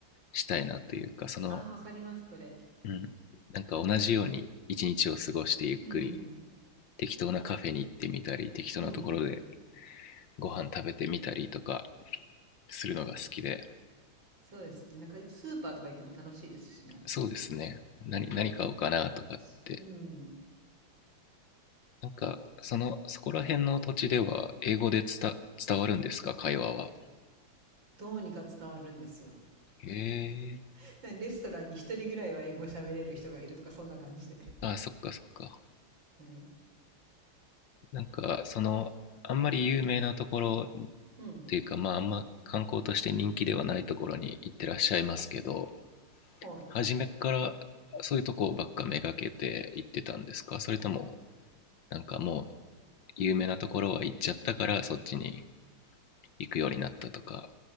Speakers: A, on the left (about 70°); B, on the right (about 65°).
A: したいなというかその、
B: ああ、わかります、それ。
A: うん、なんか同じように一日を過ごしてゆっくり
B: うん。
A: 適当なカフェに行ってみたり適当なところで
B: うん。
A: ご飯食べてみたりとかするのが好きで
B: そうですね。なんかスーパーとか行っても楽しいですしね。
A: そうですね何何買おうかなとかって
B: マーケットもそうだし。うん。
A: なんかそのそこら辺の土地では英語で伝伝わるんですか会話は
B: どうにか伝わるんですよ。
A: へえ
B: <laughs> でレストランに一人ぐらいは英語喋れる人がいるとか、そんな感じで。
A: ああそっかそっか
B: うん。
A: なんかそのあんまり有名なところっ
B: うん。
A: ていうかまああんま観光として人気ではないところに行ってらっしゃいますけど
B: はい。
A: 初めからそういうとこばっかめがけて行ってたんですかそれともなんかもう有名なところは行っちゃったからそっちに行くようになったとか